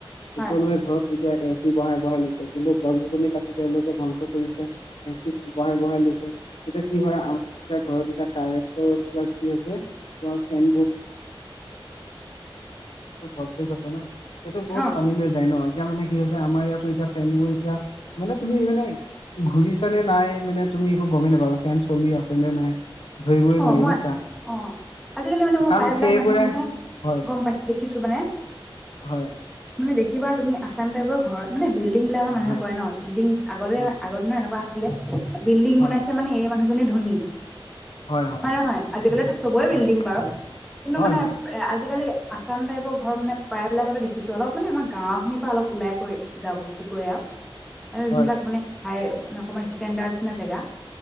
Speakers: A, on the left; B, in the centre.
A: সকলোৰে
B: হয়
A: ঘৰত এতিয়া এ ছি বহাই বহাই লৈছে। কিন্তু গছ গছলি কাটি তেওঁলোকে ধ্বংস কৰিছে। এ চি বহাই বহাই লৈছে। এতিয়া কি হয় আম এতিয়া ঘৰত এতিয়া কাৰেন্টটো <unintelligible> তোমাৰ ফেন <unintelligible> ভলটেজ আছে ন। সেইটো বহুত
B: অ
A: টানি লৈ যায় ন। এতিয়া মানে কি হৈছে আমাৰ ইয়াতো এতিয়া ফেনবোৰ এতিয়া মানে তুমি মানে ঘূৰিছেনে নাই মানে তুমি একো গ'মেই নাপাবা ফেন চলি আছে নে নাই। ধৰিবই
B: অ',
A: নোৱাৰি
B: মই
A: বুজিছা
B: অ' আজিকালি মানে মই
A: কাৰণ
B: প্ৰায়বিলাক
A: সেইবোৰে
B: মানুহৰ মানে
A: হয়
B: গম পাইছো, দেখিছো মানে।
A: হয়
B: মানে দেখি কিবা, তুমি আছাম টাইপৰ ঘৰ মানে বিল্ডিংবিলাক মানুহে
A: হয়
B: কয় ন', বিলডিং আগতে
A: হয়
B: আগৰ দিনৰ এনেকুৱা আছ ছিলে, বিল্ডিং
A: হয় হয়
B: বনাইছে মানে এই মানুহজনে ধনী।
A: হয় হয়
B: হয়নে নহয়? আজিকালিতো চবৰেই বিল্ডিং
A: হয়
B: বাৰু। কিন্তু
A: হয়
B: মানে
A: হয়
B: আজিকালি আচাম টাইপৰ ঘৰ মানে প্ৰায়বিলাকতে দেখিছো। অলপ মানে আমাৰ গাঁৱৰখিনিৰ পৰা অলপ ওলাই কৰি যাব জগৰে আৰু। মানে
A: হয়,
B: যোনবিলাক মানে হাই, অকমান ষ্টেণ্ডাৰ্ড নিচিনা জেগা